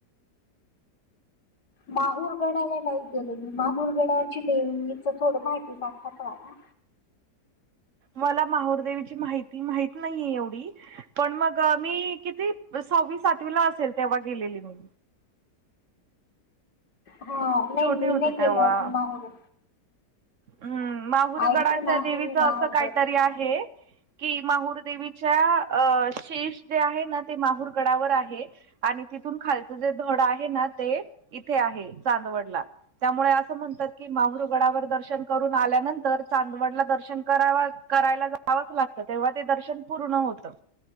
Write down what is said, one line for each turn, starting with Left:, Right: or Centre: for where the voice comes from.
Left: माहुरगडाला नाही गेले मी माहुरगडाची देवीच थोड माहिती सांगता काय आता.
Right: मला माहुरदेवीची माहिती माहित नाहीये एवढी. पण मग मी किती सहावी सातवी ला असेल तेव्हा गेलेली मग.
Left: हा नाही
Right: छोटे
Left: मी
Right: होते
Left: नाही केलं
Right: तेव्हा
Left: असं माहूर
Right: हम्म माहुरगडाच्या
Left: ऐकून
Right: देवीच
Left: आहे मी माहूरगड
Right: असं काहीतरी आहे. कि माहूर देवीच्या अ शेष जे आहे ना ते माहूर गडावर आहे. आणि तिथून खालचं जे धड आहे ना ते इथे आहे चांदवडला. त्यामुळे असं म्हणतात की माहूर गडावर दर्शन दर्शन करून आल्यानंतर चांदवडला दर्शन करा करायला जावंच लागतं तेव्हा ते दर्शन पूर्ण होत त